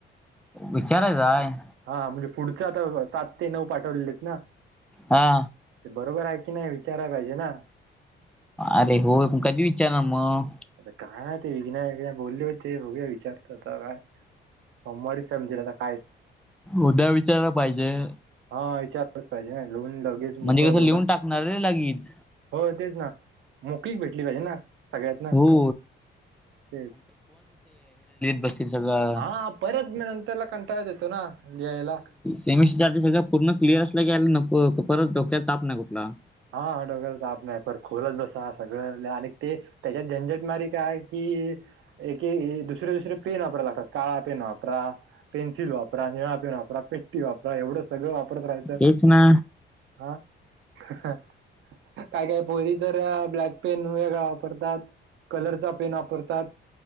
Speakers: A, in the centre; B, on the right.
A: विचाराय जाय.
B: हा म्हणजे पुढच्या आता सात ते नऊ पाठवलेलेत ना.
A: हा.
B: ते बरोबर आहे की नाही विचाराय पाहिजे ना.
A: अरे होय पण कधी विचारणार मग?
B: आता काय ते <unintelligible> एकदा बोलले होते बघूया विचारतो आता काय. सोमवारी समजेल आता कायच
A: उद्या विचारायला पाहिजे
B: हा विचारलंच पाहिजे ना लिहून लगेच
A: म्हणजे
B: मोकळ होऊ ना.
A: <unintelligible> लागीच.
B: हो तेच ना मोकळीक भेटली पाहिजे ना. सगळ्यात ना
A: हो.
B: तेच
A: बसतील सगळं.
B: हा परत मग नंतरला कंटाळाच येतो ना. न्यायला
A: एसएससीच्या आधी सगळं पूर्ण क्लिअर असलं की नको परत डोक्यात ताप नाही कुठला.
B: हा डोक्याला ताप नाही. परत खोलत बसा सगळं आणि ते त्याच्यात झंजट मारी काय की एके दुसरे दुसरे पेन वापरायला लागतात. काळा पेन वापरा पेन्सिल वापरा, निळा पेन वापरा, पेट्टी वापरा एवढं सगळं वापरत राहायचं.
A: तेच ना.
B: हा. काय काय पोरी तर ब्लॅक पेन वेगळा वापरतात, कलरचा पेन वापरतात